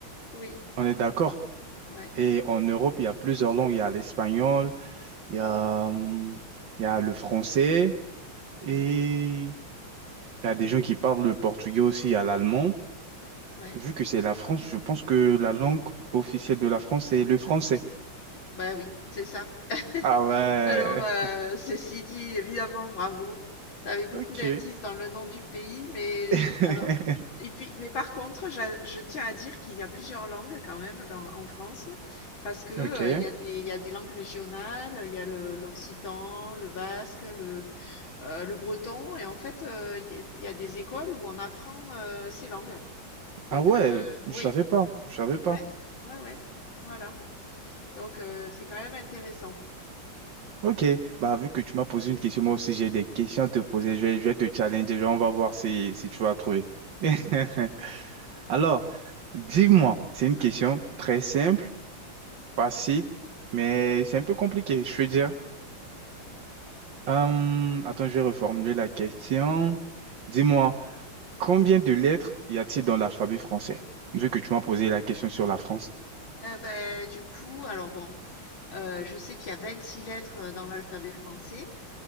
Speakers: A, on the left; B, on the right.
A: Oui
B: on est d'accord.
A: ouais
B: Et en Europe, il y a plusieurs langues, il y a l'espagnol, il y a hum, il y a le français et
A: mm,
B: il y a des gens qui parlent le portugais aussi, il y a l'allemand.
A: ouais
B: Vu que c'est la France, je pense que la langue officielle de la France, c'est le français.
A: Bah oui, c'est ça. <laughs>
B: Ah ouais.
A: Alors, euh, ceci dit, évidemment, bravo.
B: <laughs>
A: T'avais beaucoup
B: Ok.
A: d'indices dans le nom du pays, mais
B: <laughs>
A: alors, et puis, mais par contre, j'a- je, tiens à dire qu'il y a plusieurs langues quand même dans, en France, parce que euh,
B: Ok.
A: il y a des, il y a des langues régionales, il y a le, l'occitan, le basque, le, euh, le breton, et en fait, euh, il y a, il y a des écoles où on apprend euh, ces langues. Donc,
B: Ah ouais,
A: euh,
B: je
A: oui,
B: savais pas, je savais pas.
A: ouais, ouais, ouais, voilà. Donc, euh, c'est quand même intéressant.
B: Ok, bah vu que tu m'as posé une question, moi aussi j'ai des questions à te poser, je vais, je vais te challenger, genre, on va voir si, si tu vas trouver. <laughs> Alors, dis-moi, c'est une question très simple, facile, mais c'est un peu compliqué, je veux dire. Euh, attends, je vais reformuler la question. Dis-moi, combien de lettres y a-t-il dans l'alphabet français? Vu que tu m'as posé la question sur la France.
A: Ah bah, du coup, alors bon, euh, je sais qu'il y a 26 lettres euh, dans l'alphabet français,